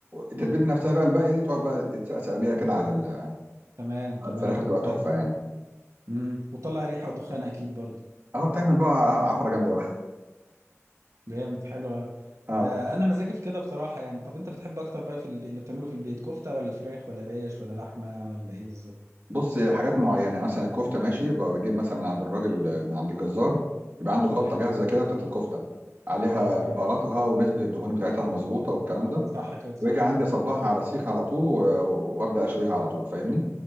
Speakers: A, on the right; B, on the right.
A: التتبيله
B: امم
A: دي نفسها بقى الباقيه دي تقعد بقى تتسقسق بيها كده على ال- آه،
B: تمام
A: على
B: تمام
A: الفراخ بتبقى تحفه
B: حلو
A: يعني
B: امم وطلع ريحه ودخان اكيد برضو
A: اه بتعمل بقى عفره جامده بقى <laughs>
B: جامد حلو أوي.
A: اه
B: آه انا مزاجي في كده بصراحه يعني طب انت بتحب اكتر بقى في الب- اللي بتعمله في البيت كفته ولا فراخ ولا ريش ولا لحمه ولا ايه بالظبط
A: بص حاجات معينه يعني مثلا الكفته ماشي بقى بجيب مثلا من عند الراجل من عند الجزار يبقى عنده خلطه
B: تمام
A: جاهزه كده بتاعت الكفته عليها
B: اه
A: بهاراتها
B: تمام
A: ونسبه الدهون بتاعتها المظبوطه والكلام ده
B: صح كده صح
A: واجي عندي اصبعها
B: مم.
A: على سيخ على طول و- وابدا اشويها على طول فاهمني